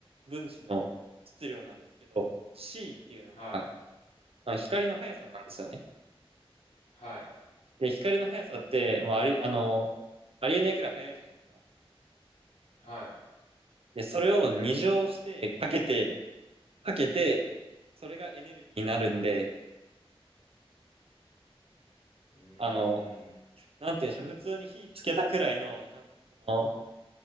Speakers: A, on the right; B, on the left.
A: 分子の質量なんですけど、C っていうのが
B: はい、
A: あの光の速さなんですよね。
B: はい、
A: で、光の速さってもうあり、あの、ありえないくらい速いじゃないですか。
B: はい。
A: で、それを二乗してかけて、かけて、それがエネルギーになるんで、
B: うー
A: あの、
B: ん、
A: なんていうんでしょう、普通に火つけたくらいの、なんその